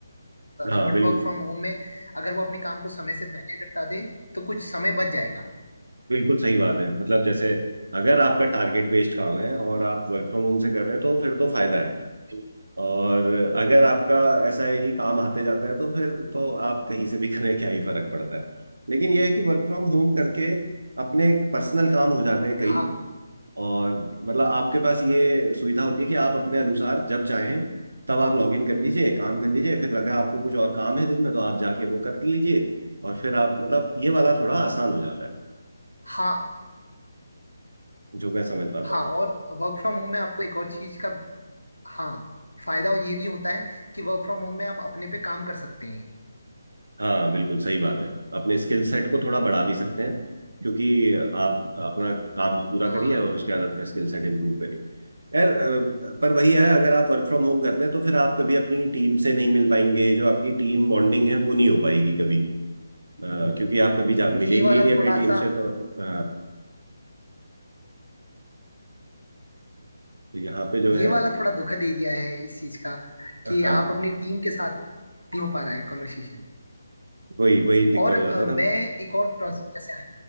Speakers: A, on the right (about 65°); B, on the left (about 80°).
A: हाँ
B: था बट
A: बिल्कुल
B: वर्क फ्रॉम होम में अगर वो अपने काम को समय से पहले निपटा दे तो कुछ समय बच जाएगा
A: बिल्कुल सही बात है मतलब जैसे अगर आपका टारगेट बेस्ड काम है और आप वर्क फ्रॉम होम से कर रहे हैं तो फिर तो फायदा है और अगर आपका ऐसा है कि काम आते जाता है तो फिर तो आप कहीं से भी <laughs> करें क्या ही फर्क पड़ता है लेकिन यह है कि वर्क फ्रॉम होम करके अपने पर्सनल काम हो जाते हैं कई
B: हाँ
A: और मतलब आपके पास ये सुविधा होती है कि आप अपने अनुसार जब चाहें तब आप लॉग इन कर लीजिए काम कर लीजिए फिर लगा आपको कुछ और काम है दिन में तो आप जाके वो कर लीजिए और फिर आप मतलब ये वाला थोड़ा आसान हो जाता है
B: हाँ
A: जो मैं समझ पाता
B: हाँ
A: हूँ
B: और वर्क फ्रॉम होम में आपको एक और चीज का हाँ फायदा ये भी होता है कि वर्क फ्रॉम होम में आप अपने पे काम कर सकते हैं
A: हाँ बिल्कुल सही बात है अपने स्किल सेट को थोड़ा बढ़ा भी सकते हैं क्योंकि आप अपना काम पूरा
B: हाँ
A: करिए और उसके बाद अपना स्किल सेट इम्प्रूव करिए यार अ, पर वही है अगर आप वर्क फ्रॉम होम करते हैं तो फिर आप कभी अपनी टीम से नहीं मिल पाएंगे जो आपकी टीम बॉन्डिंग है वो नहीं हो पाएगी कभी अ, क्योंकि आप कभी जा मिलेंगे
B: ये वाला
A: ही नहीं अपनी
B: थोड़ा
A: टीम
B: सा
A: से तो अ, तो यहाँ पे जो
B: ये
A: है
B: वाला थोड़ा दुखद एरिया है इस चीज का कि
A: हाँ
B: आप अपनी टीम के साथ नहीं हो पा रहा है कॉन्वर्सेशन
A: वही वही दिक्कत
B: और
A: हो जाता
B: अ,
A: था
B: मैं एक और प्रोसेस
A: हाँ
B: जैसे